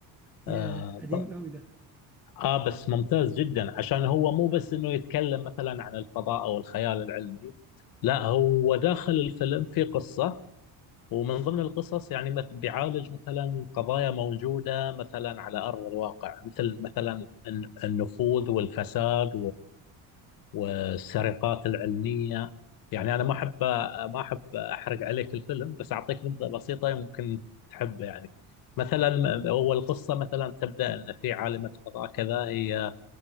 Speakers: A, in the centre; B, on the left.
A: ياه
B: آه,
A: قديم
B: ط-
A: قوي ده
B: اه بس ممتاز جدا عشان هو مو بس انه يتكلم مثلا عن الفضاء او الخيال العلمي لا هو داخل الفيلم في قصة ومن ضمن القصص يعني مث- بيعالج مثلا قضايا موجودة مثلا على أرض الواقع مثل مثلا الن- النفوذ والفساد والسرقات العلميه يعني انا ما احب ما احب احرق عليك الفيلم بس اعطيك نبذه بسيطه ممكن تحبه يعني مثلا م- اول قصه مثلا تبدا ان في عالمه فضاء كذا هي